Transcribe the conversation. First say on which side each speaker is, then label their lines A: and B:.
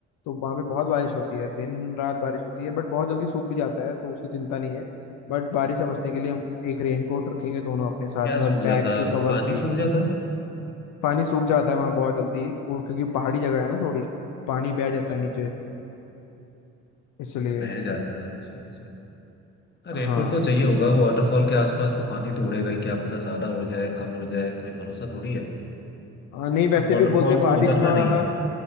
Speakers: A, on the left; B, on the left.
A: तो वहाँ पे बहुत बारिश
B: हाँ,
A: होती है दिन रात बारिश होती है बट बहुत जल्दी सूख भी जाता है तो उसकी चिंता नहीं है बट बारिश से
B: हाँ।
A: बचने के लिए हम एक रेनकोट रखेंगे दोनों अपने साथ
B: क्या
A: में
B: सूख
A: और
B: जाता
A: बैग के
B: है
A: कवर्स
B: पानी
A: भी
B: सूख जाता है
A: पानी सूख जाता है वहाँ बहुत जल्दी और क्योंकि पहाड़ी जगह है ना थोड़ी पानी बह जाता
B: अच्छा
A: है नीचे इसलिए
B: अच्छा बह जाता है अच्छा अच्छा हाँ रेनकोट
A: हाँ
B: तो चाहिए होगा वो वाटरफॉल के आसपास तो पानी तो उड़ेगा ही क्या पता ज्यादा उड़ जाए कम उड़ जाए कोई भरोसा थोड़ी है
A: हाँ, नहीं वैसे
B: बस वाटरफॉल्स
A: भी बोलते हैं बारिश
B: में उतरना
A: वहाँ
B: नहीं